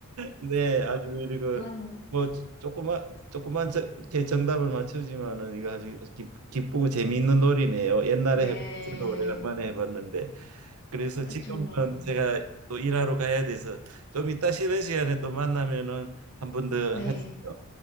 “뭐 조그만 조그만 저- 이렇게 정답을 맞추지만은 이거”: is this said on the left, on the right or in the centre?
Right